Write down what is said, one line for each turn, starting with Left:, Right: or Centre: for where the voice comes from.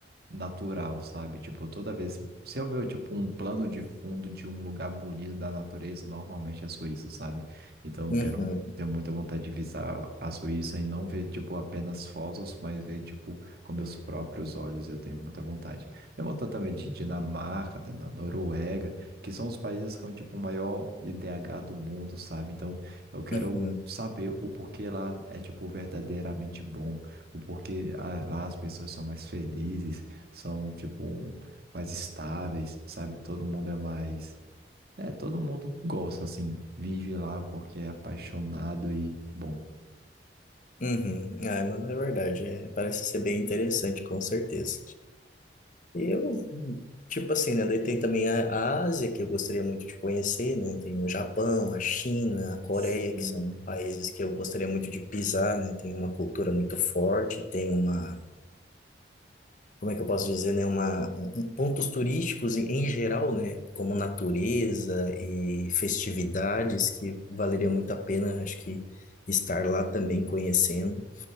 Right: natural, sabe? Tipo, toda vez. Se eu ver, tipo, um plano de fundo de um lugar bonito da natureza, normalmente é a Suíça, sabe? Então, eu
Left: uhum,
Right: quero. Tenho muita vontade de visitar a Suíça e não ver, tipo, apenas fotos, mas ver, tipo, com meus próprios olhos. Eu tenho muita vontade. Tenho vontade também de Dinamarca, da da Noruega, que são os países com, tipo, o maior IDH do mundo, sabe? Então, eu quero
Left: uhum,
Right: saber o porquê lá é, tipo, verdadeiramente bom o porquê a- lá as pessoas são mais felizes, são, tipo, mais estáveis, sabe? Todo mundo é mais. É, todo mundo gosta, assim, vive lá porque é apaixonado e bom.
Left: uhum. Ah, mano, é verdade. é, parece ser bem interessante, com certeza. E Eu, tipo assim, né? Daí tem também a, a Ásia, que eu gostaria muito de conhecer, né? Tem o Japão, a China, a Coreia,
Right: Sim,
Left: que são países que eu gostaria muito de pisar, né? Tem uma cultura muito forte, tem uma como é que eu posso dizer, né, uma, um- um- pontos turísticos em, em geral, né, como natureza e festividades que valeria muito a pena, acho que estar lá também conhecendo,